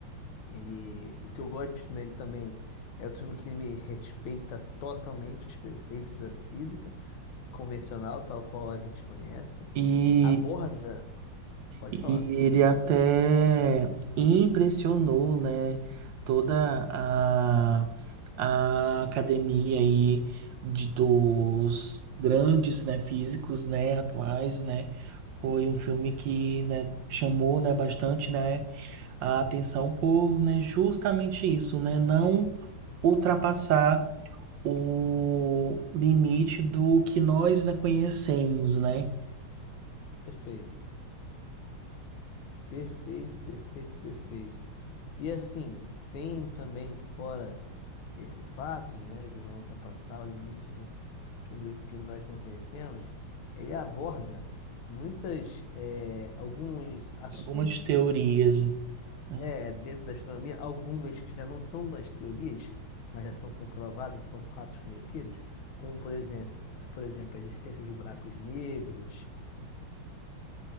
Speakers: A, on the left; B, on the right.
A: ele, o que eu gosto nele também é outro filme que ele me respeita totalmente os preceitos da física convencional, tal qual a gente conhece.
B: E,
A: Aborda, pode
B: e
A: falar.
B: ele até impressionou, né, toda a, a academia aí de, dos grandes, né, físicos, né, atuais, né. Foi um filme
A: Perfe-
B: que, né, chamou, né, bastante, né, a atenção por, né, justamente isso, né, não ultrapassar o limite do que nós ainda conhecemos, né?
A: Perfeito, perfeito, perfeito, perfeito. E assim, tem também fora esse fato, né, de não ultrapassar o limite que, do- que nós não conhecemos, ele aborda muitas, é, alguns assuntos
B: Algumas teorias, né?
A: é, dentro da astronomia, algumas que já não são mais teorias, mas já são comprovadas, já são fatos conhecidos, como, por exemplo, por exemplo, a existência de buracos negros,